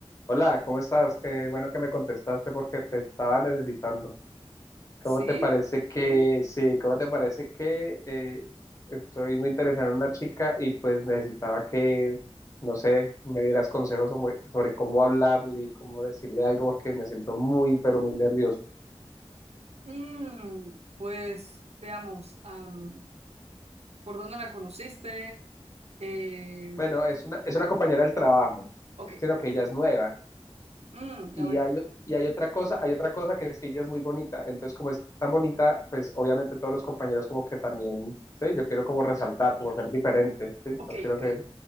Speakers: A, on the left; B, on the right.
A: Hola, ¿cómo estás? Qué bueno que me contestaste porque te estaba necesitando. ¿Cómo
B: Sí,
A: te parece que, sí, cómo te parece que eh, estoy muy interesado en una chica y pues necesitaba que, no sé, me dieras consejos sobre, sobre cómo hablarle y cómo decirle algo porque me siento muy, pero muy nervioso.
B: Mm, pues veamos, am, ¿por dónde la conociste? Eh,
A: Bueno, es una, es una compañera del trabajo,
B: ok,
A: sino que ella es nueva.
B: Mm,
A: Y
B: ya veo,
A: hay,
B: ya veo.
A: y hay otra cosa, hay otra cosa que es que ella es muy bonita. Entonces, como es tan bonita, pues obviamente todos los compañeros como que también, sí, yo quiero como resaltar, como ser diferente, sí,
B: Ok,
A: no quiero
B: ok.
A: ser